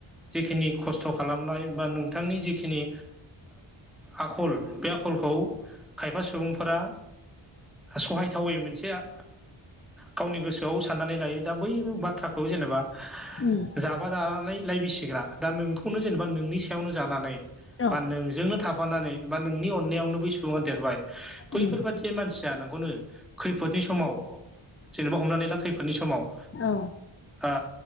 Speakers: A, in the centre; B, on the left (about 25°).
A: जिखिनि खस्थ खालामनाय बा नोंथांनि जिखिनि आखल बे आखलखौ खायफा सुबुंफोरा सहायथावै मोनसे आ गावनि गोसोआव साननानै लायो दा बै बाथ थ्राखौ जेनेबा
B: उम
A: जाबा जानानै लाइ बिसिग्रा दा नोंखौनो जेनेबा नोंनि सायावनो जानानै
B: औ
A: बा नोंजोंनो थाफानानै बा नोंनि अननायावनो बै सुबुङा देरबाय बैफोरबादि
B: उम
A: मानसिया नोंखौनो खैफोदनि समाव जेनेबा हमनानै ला खैफोदनि समाव
B: औ
A: ओ